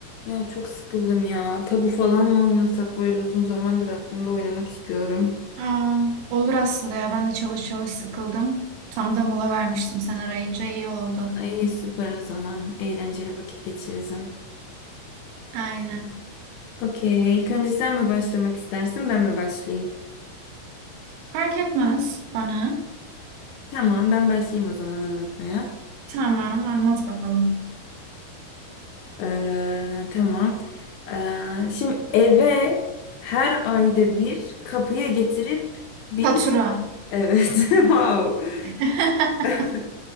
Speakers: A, on the left; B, on the right.
A: Ya çok sıkıldım ya. Tabu falan mı oynasak böyle uzun zamandır aklımda oynamak istiyorum.
B: Aa, olur aslında ya. Ben de çalış çalış sıkıldım. Tam da mola vermiştim sen arayınca iyi oldu.
A: Ay süper o zaman. Eğlenceli vakit geçiririm.
B: Aynen.
A: Okey. İlk önce sen mi başlamak istersin, ben mi başlayayım?
B: Fark etmez bana.
A: Tamam, ben başlayayım o zaman anlatmaya.
B: Tamam anlat bakalım.
A: Ee, tamam. Ee, şimdi eve her ayda bir kapıya getirip bir...
B: Fatura.
A: Evet, <laughs> wow.
B: <laughs>
A: <laughs>